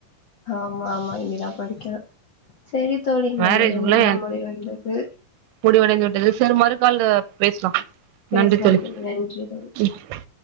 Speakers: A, on the left; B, on the right.
A: ஆமா ஆமா இனிதா படிக்கனு செரி தோழி நம்மளுடைய
B: மேரேஜ்க்குள்ள
A: நேரம் முடிவடைந்தது
B: முடிவடைந்து விட்டது சரி மறுக்கால்ல பேசலா
A: பேசலாம்
B: நன்றி தோழி
A: நன்றி தோழி
B: ம்